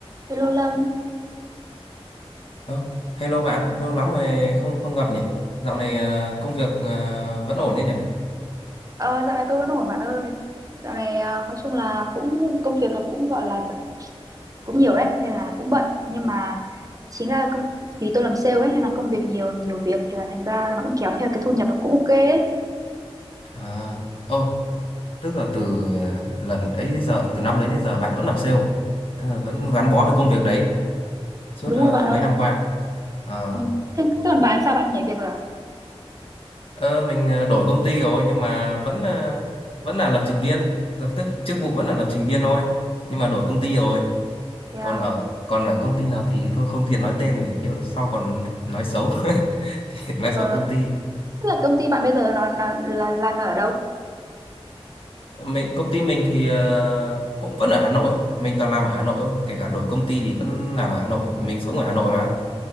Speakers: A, on the right; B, on the left.
A: Hello Lâm,
B: Ơ, hello bạn, lâu lắm rồi không không gặp nhỉ? Dạo này à, công việc à, vẫn ổn đấy nhỉ?
A: ờ, dạo này tôi vẫn ổn bạn ơi. Dạo này à, nói chung là cũng công việc là cũng gọi là cũng nhiều đấy nên là cũng bận nhưng mà chính là công vì tôi làm sale ấy nên là công việc nhiều nhiều việc thì là thành ra nó cũng kéo theo cái thu nhập nó cũng ok ấy.
B: À, ồ, tức là từ à, lần đấy đến giờ, từ năm đấy đến giờ bạn vẫn làm sale, tức là vẫn gắn bó với công việc đấy suốt
A: Đúng
B: à,
A: rồi bạn ơi.
B: mấy năm qua. À,
A: Ừ. Thế thế còn bạn sao bạn nhảy việc rồi à?
B: ờ, mình à, đổi công ty rồi nhưng mà vẫn à, vẫn là lập trình viên, tức, tức chức vụ vẫn là lập trình viên thôi, nhưng mà đổi công ty rồi.
A: Ừ, thế à?
B: Còn ở còn ở công ty nào thì thôi không tiện nói tên để nhỡ sau còn nói xấu, <laughs> nói
A: Ờ,
B: xấu công ty.
A: tức là công ty bạn bây giờ nó, nó là, là là ở đâu?
B: mình công ty mình thì ờ, cũng vẫn ở Hà Nội mình toàn làm ở Hà Nội thôi kể cả đổi công ty thì vẫn làm ở Hà Nội mình sống ở Hà Nội mà